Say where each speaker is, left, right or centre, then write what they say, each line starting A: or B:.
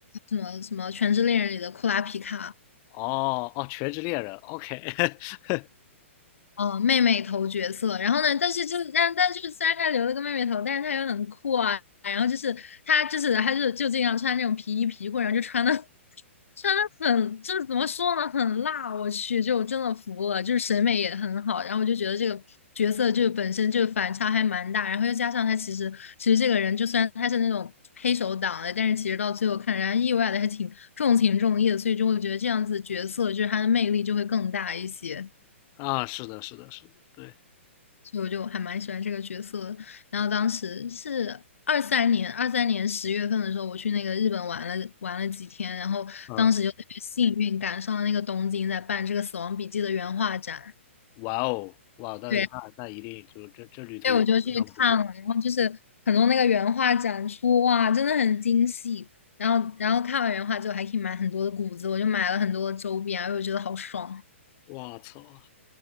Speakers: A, on the left (about 75°); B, on the left (about 35°).
A: 什么什么《全职猎人》里的库拉皮卡，
B: 哦，哦！全职猎人，OK，<laughs>
A: 嗯，妹妹头角色，然后呢，但是就是但但就是虽然他留了个妹妹头，但是他又很酷啊，然后就是他就是他就就经常穿那种皮衣皮裤，然后就穿的。真的很，就是怎么说呢，很辣，我去，就真的服了，就是审美也很好，然后我就觉得这个角色就本身就反差还蛮大，然后又加上他其实其实这个人就虽然他是那种黑手党的，但是其实到最后看人家意外的还挺重情重义的，所以就会觉得这样子角色就是他的魅力就会更大一些。
B: 啊，是的，是的，是的，对，
A: 所以我就还蛮喜欢这个角色的。然后当时是二三年，二三年十月份的时候，我去那个日本玩了玩了几天，然后当时就特别幸运赶上了那个东京在办这个《死亡笔记》的原画展，
B: 嗯，哇哦，哇，那那那一定就这这旅途一定非常不错，
A: 对，所以我就去看了，然后就是很多那个原画展出，哇，真的很精细。然后，然后看完原画之后，还可以买很多的谷子，我就买了很多的周边，然后我觉得好爽，
B: 哇操！